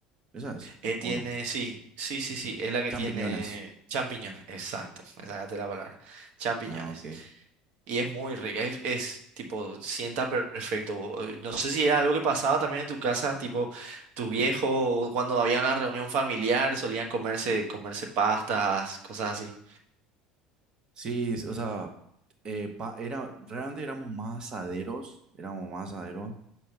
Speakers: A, on the right; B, on the right.
A: Esa es,
B: Eh, tiene,
A: ¿o no?
B: sí, sí, sí, sí, es la que
A: Champiñones.
B: tiene champiñones. Exacto, me sacaste la palabra. Champiñones.
A: Ah, ok.
B: Y es muy rica, es, es, tipo, sienta per- perfecto. Eh, No sé si era algo que pasaba también en tu casa, tipo, tus viejos, o cuando había una reunión familiar, solían comerse, comerse pastas, cosas así.
A: Sí, s- o sea, eh, pa- era, realmente éramos más asaderos, éramos más asaderos.